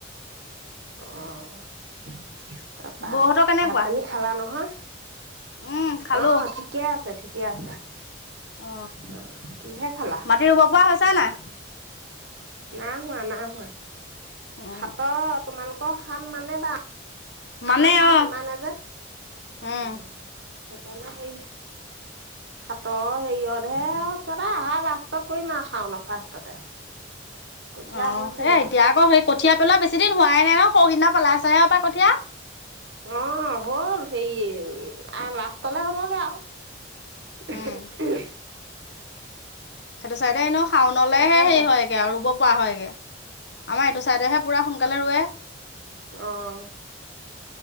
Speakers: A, on the right; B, on the left.
A: অ তাৰপা
B: বৌহঁতৰ কেনেকুৱা?
A: ভাত পানী খালা নহয়
B: উম খালো
A: আহ ঠিকে আছে ঠিকে আছে
B: অ
A: আহ কিহে খালা
B: মাটি ৰুব পৰা হৈছে নাই?
A: না হোৱা না হোৱা
B: উম
A: হাতৰ তোমালোকৰ হাত মানে বা
B: মানে
A: আমাৰ সাত
B: অ
A: নামানে হে,
B: উম
A: অ'! সেইকাৰণে সেই সাতৰ হেৰিয়ত হে, আহাৰ লাষ্টত কৰিম আও, শাওন ফাৰ্ষ্টতে। <unintelligible> কঠীয়া
B: অ',
A: হৈছেগে
B: এ এতিয়া
A: আৰু
B: আকৌ সেই কঠীয়া পেলোৱা বেছি দিন হোৱাই নাই ন। সৌ সিদিনা পেলাইছেহে কঠীয়া।
A: অ' হ'ল হেৰি লাষ্টলে হ'বগে আও। <unintelligible>
B: উম সেইটো চাইডে এনেও শাওনলেহে
A: তাকেহে
B: হেৰি হয়গে আৰু ৰুব পৰা হয়গে। আমাৰ এইটো চাইডেহে পুৰা সোনকালে ৰোৱে।
A: আহ।